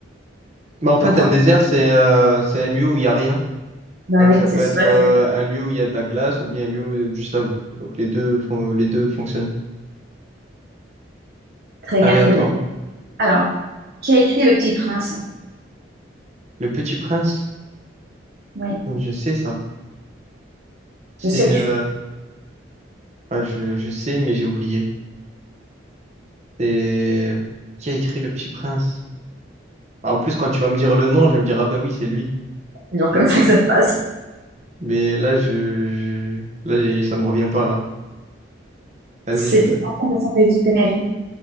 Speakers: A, on the right; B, on the right.
A: Mais en fait,
B: longtemps.
A: un désert, c'est euh, c'est un lieu où il n'y a rien.
B: Bah
A: Donc
B: oui,
A: ça
B: c'est
A: peut
B: c'est
A: être
B: vrai
A: euh,
B: que c'est
A: un lieu où il y a de la glace ou bien un lieu où il y a du sable. Donc les deux font, les deux fonctionnent.
B: très
A: Allez,
B: bien, très
A: à toi.
B: bien. Alors, qui a écrit Le Petit Prince?
A: Le Petit Prince,
B: Oui,
A: je sais ça. C'est,
B: je sais que
A: euh,
B: tu
A: ah, je, je sais, mais j'ai oublié. C'est qui a écrit Le Petit Prince? Ah, en plus, quand tu vas me dire le nom, je vais me dire ah bah oui, c'est lui.
B: c'est toujours
A: Et-
B: comme ça que ça se passe.
A: Mais là, je, je- là, j'ai- ça me revient pas là. Vas-y,
B: C'était
A: je te.
B: en de Saint-Exupéry.